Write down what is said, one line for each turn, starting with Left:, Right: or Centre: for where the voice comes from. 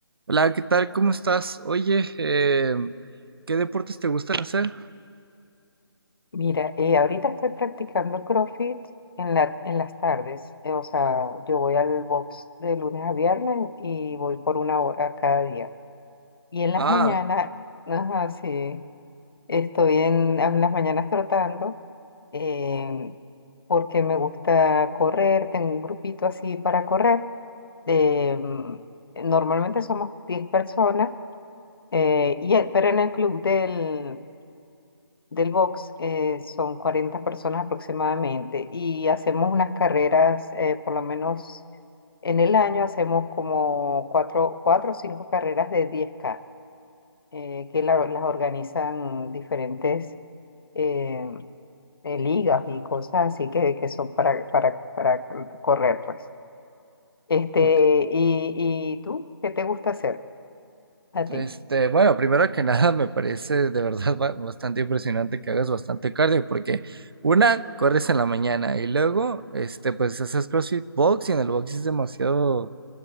Right: Hola, ¿qué tal? ¿Cómo estás? Oye, em, ¿qué deportes te gustan hacer?
Left: Mira, eh, ahorita estoy practicando CrossFit en la, en las tardes. eh, o sea, yo voy al box de lunes a viernes y voy por una hora cada día. Y en las
Right: Ah,
Left: mañanas, ajá, sí, estoy en, en las mañanas trotando eh, porque me gusta correr. Tengo un grupito así para correr. eh, mm, normalmente somos 10 personas, eh, y, eh, pero en el club del, del box eh, son 40 personas aproximadamente y hacemos unas carreras, eh, por lo menos en el año hacemos como cuatro, cuatro o cinco carreras de diez k eh, que la- las organizan diferentes eh, eh, ligas y cosas así que, que son para, para, para correr, pues. Este,
Right: ok.
Left: y, ¿y tú qué te gusta hacer a
Right: Este,
Left: ti?
Right: bueno, primero que <laughs> nada, me parece de verdad ba- bastante impresionante que hagas bastante cardio, porque una, corres en la mañana y luego, este, pues haces CrossFit Box y en el box es demasiado